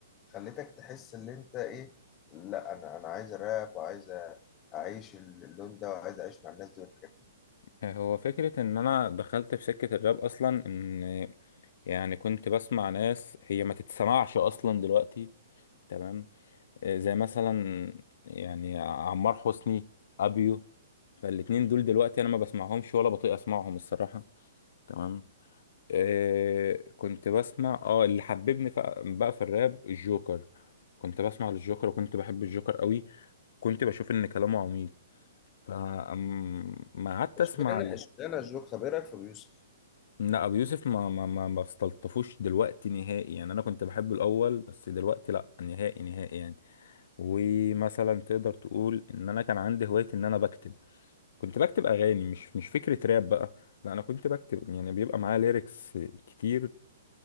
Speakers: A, on the left; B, on the left.
A: خلتك تحس ان انت ايه لا انا انا عايز راب وعايز اعيش اللون ده وعايز اعيش مع الناس دي والحاجات دي
B: هو فكرة إن أنا دخلت في سكة الراب أصلا إن يعني كنت بسمع ناس هي ما تتسمعش أصلا دلوقتي تمام آه، زي مثلا يعني عمار حسني أبيو فالاتنين دول دلوقتي أنا ما بسمعهمش ولا بطيق أسمعهم الصراحة تمام آه، كنت بسمع اه اللي حببني ف- بقى في الراب الجوكر كنت بسمع للجوكر وكنت بحب الجوكر قوي كنت بشوف إن كلامه عميق فما قعدت
A: اشمعنى
B: أسمع
A: اشمعنى الجوك طب ايه رايك في أبو يوسف
B: لا ابو يوسف ما ما ما ما استلطفوش دلوقتي نهائي يعني انا كنت بحبه الاول بس دلوقتي لا نهائي نهائي يعني ومثلا تقدر تقول ان انا كان عندي هوايه ان انا بكتب كنت بكتب اغاني مش مش فكره راب بقى لا انا كنت بكتب يعني بيبقى معايا ليركس كتير